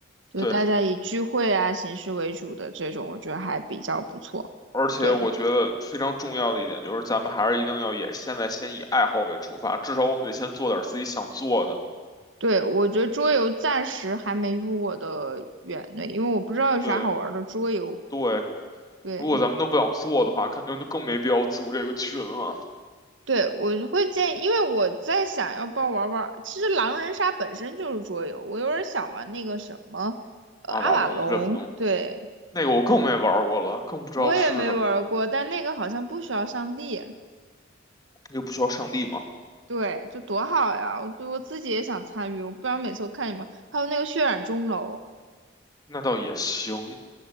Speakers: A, on the right; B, on the left.
A: 就是大家以聚会啊形式为主的这种，
B: 对，
A: 我觉得还比较不错。
B: 而且我觉得非常重要的一点就是，
A: 对。
B: 咱们还是一定要也现在先以爱好为出发，至少我们得先做点儿自己想做的，
A: 对，我觉得桌游暂时还没入我的眼内，因为我不知道有啥好玩的桌游。
B: 对对，
A: 对，
B: 如果咱们都不想做的话，肯定就更没必要组这个群了。
A: 对，我就会建议，因为我在想要不要玩玩。其实狼人杀本身就是桌游，我有点想玩那个什么，呃，
B: 阿瓦隆这么的
A: 阿瓦隆。对，
B: 那个我更没玩儿过了，更不知道是什么，
A: 我也没玩过，但那个好像不需要上帝。
B: 又不需要上帝嘛，
A: 对，就多好呀！我我自己也想参与，我不然每次我看你们，还有那个血染钟楼。
B: 那倒也行。